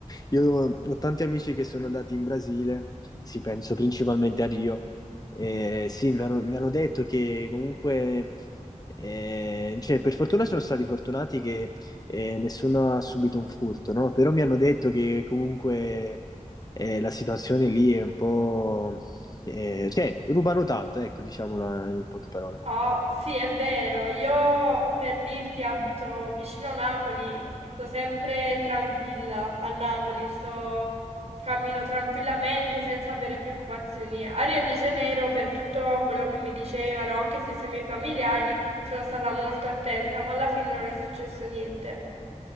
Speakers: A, on the left; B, on the right.
A: io ho tanti amici che sono andati in Brasile, sì, penso principalmente a Rio, e sì, mi hanno, mi hanno detto che comunque, eh, cioè, per fortuna sono stati fortunati che eh, nessuno ha subito un furto, no? Però mi hanno detto che comunque eh, la situazione lì è un po'... eh, cioè, rubano tanto, ecco, diciamola in poche parole.
B: Oh, sì, è vero. Io per dirti abito vicino Napoli e sto sempre tranquilla a Napoli, sto cammino tranquillamente senza avere preoccupazioni. A Rio de Janeiro, per tutto quello che mi dicevano, anche se sui miei familiari, sono stata molto attenta, ma alla fine non è successo niente.